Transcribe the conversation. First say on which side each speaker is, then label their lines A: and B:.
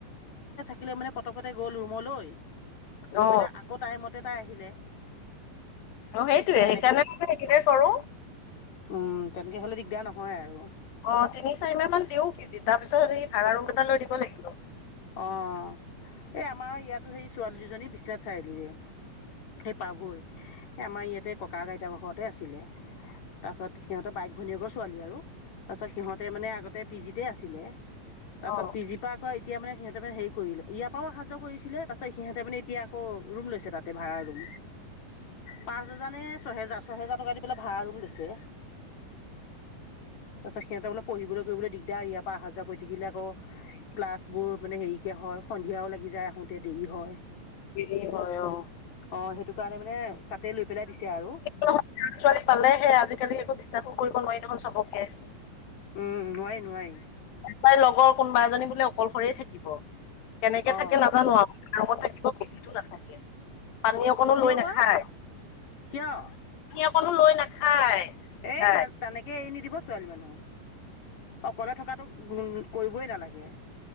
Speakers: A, on the left; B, on the left.
A: থিকে মানে পতকতে গ'ল ৰুমলৈ
B: অ
A: গৈ পেলাই আকৌ টাইমতে তাই আহিলে।
B: অ সেইটোয়ে
A: তেনেকে
B: সেইকাৰণে সেইটোৱেই <unintelligible> কৰো
A: উম তেনেকে হলে দিগদাৰ নহয় আৰু
B: অঁ তিনি চাৰি মাহ মান দিওঁ কিজি তাৰ পিছত সেৰী ভাড়া ৰুম এটা লৈ দিব লাগিব <unintelligible>
A: অঁ এই আমাৰ ইয়াতো সেই ছোৱালী দুজনী বিশ্বনাথ চাৰিআলিৰে। সেই পাভৈ আমাৰ ইয়াতে ককা আইতাঁসতে আছিলে তাৰপাছত সিহঁতৰ বাইক, ভনীয়েকৰ ছোৱালী আৰু তাৰপাছত সিহঁতে মানে আগতে পি জিতে আছিলে। তাৰপিছত
B: অ
A: পি জি পা আকৌ এতিয়া মানে সিহঁতে মানে হেৰি কৰিলে ইয়াৰ পৰাও অহাযোৱা কৰিছিলে তাৰপাছত সিহঁতে মানে এতি আকৌ ৰুম লৈছে ভাড়াৰ ৰুম পাঁচ হাজাৰ নে ছহেজাৰ ছহেজাৰ টকা দি পেলাই ভাড়া ৰুম লৈছে। তাৰ পাছত সিহঁতে বোলে পঢ়িবলে চহিবলৈ দিগদাৰ ইয়াৰ পৰা অ আহা যোৱা কৰি থাকিলে আকৌ ক্লাছ বোৰ মানে হেৰিকে হয় সন্ধিয়াওঁ লাগি যায় আহোতে দেৰি হয়।
B: কি হয় অঁ।
A: অ সেইটো কাৰণে মানে তাতে লৈ পেলাই দিছে আৰু
B: ল ছোৱালী পালেহে আজিকালি একো বিশ্বাসো কৰিব নোৱাৰি চবকে
A: উম নোৱাৰি নোৱাৰি।
B: তাই লগৰ কোনোবা এজনী বোলে অকলশৰেই থাকিব। কেনেকে
A: অ
B: থাকে নাজানো আঙত থাকিব বোলে নাথাকে পানী অকনো
A: কিয়
B: লৈ নাখায়?
A: বা কিয়
B: অকণো লৈ নাখায়।
A: এ ন
B: তাই
A: তেনেকে এৰি নিদিব ছোৱালী মানুহ অকলে থকাতো কৰিবই নালাগে।